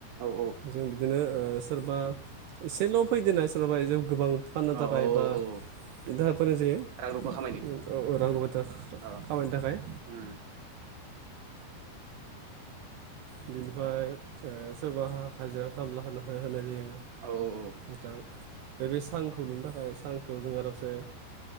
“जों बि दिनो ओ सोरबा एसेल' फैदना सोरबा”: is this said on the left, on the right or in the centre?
Right